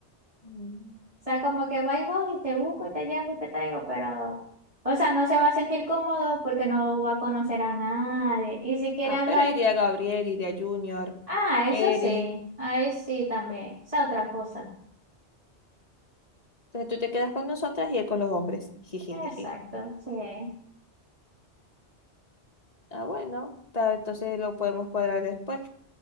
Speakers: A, on the left; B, on the right.
A: Mm.
B: O sea, como que va y vos y te busco y te llevo y te traigo, pero, o sea, no se va a sentir cómodo porque no va a conocer a nadie. Y si quiere
A: Ah,
B: hablar,
A: pero iría Gabriel, iría Junior,
B: ah, eso
A: Eri.
B: sí, ahí sí también, esa otra cosa.
A: Entonces tú te quedas con nosotras y él con los hombres. <laughs> Jejejeje.
B: Exacto, sí.
A: Ah, bueno, ta- entonces lo podemos cuadrar después.